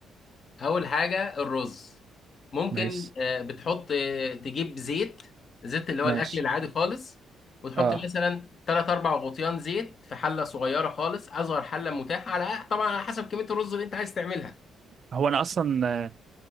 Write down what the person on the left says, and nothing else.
اول حاجه الرز ممكن
آه، بتحط آه، تجيب زيت زيت اللي هو
الاكل العادي خالص وتحط
مثلا 3 4 غطيان زيت في حله صغيره خالص اصغر حله متاحه على طبعا على حسب كميه الرز اللي انت عايز تعملها